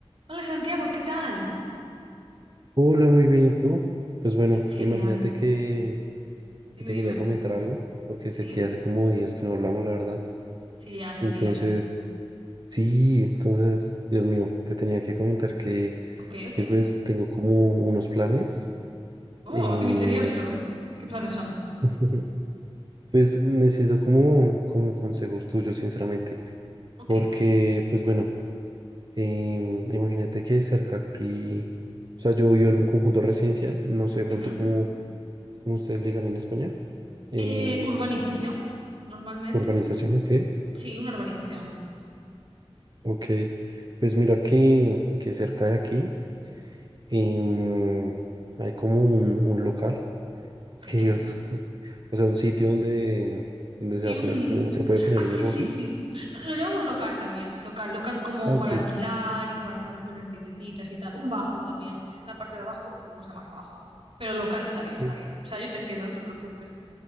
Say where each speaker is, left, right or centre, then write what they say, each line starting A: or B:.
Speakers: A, on the right; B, on the right.
A: Hola Santiago, ¿qué tal?
B: Hola, muy bien, ¿y tú? Pues bueno,
A: Genial.
B: imagínate que,
A: Dime,
B: que te
A: dime.
B: quería comentar algo, porque sé
A: ¿Sí?
B: que hace como días que no hablamos, la verdad.
A: Sí, ya hace
B: Entonces,
A: días.
B: sí, entonces, Dios mío, te tenía que comentar que,
A: Ok, ok.
B: que pues tengo como unos planes
A: Oh,
B: y
A: qué misterioso. ¿Qué planes son?
B: <laughs> pues necesito como, como consejos tuyos, sinceramente,
A: Ok.
B: porque pues bueno, em, imagínate que cerca aquí, o sea, yo vivo en un conjunto residencial, no sé de pronto
A: Ujú.
B: cómo, cómo ustedes ligan en España. em,
A: Eh, urbanización, normalmente.
B: Urbanización, ok,
A: Sí, una urbanización.
B: ok. Pues mira que, que cerca de aquí em, hay como un, un local,
A: Ok.
B: es que Dios, <laughs> o sea, un sitio donde, donde se
A: Sí,
B: va a
A: un...
B: poner como, se puede poner
A: Ah,
B: un
A: sí,
B: negocio.
A: sí, sí. No, Lo llamamos local también. Local, local como
B: Ah, ok,
A: para alquilar y para poder poner tiendecitas y tal. Un bajo también. Si es en la parte de abajo, lo podemos llamar bajo. Pero local está bien,
B: ok.
A: está bien. O sea, yo te entiendo, no te preocupes.